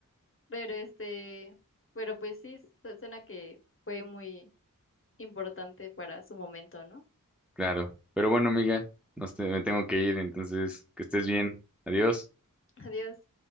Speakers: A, on the left (about 40°); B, in the centre.
A: Pero este, pero pues sí, su- suena que fue muy importante para su momento, ¿no?
B: claro. Pero bueno, amiga, nos te- me tengo que ir, entonces, que estés bien, adiós.
A: <laughs> Adiós.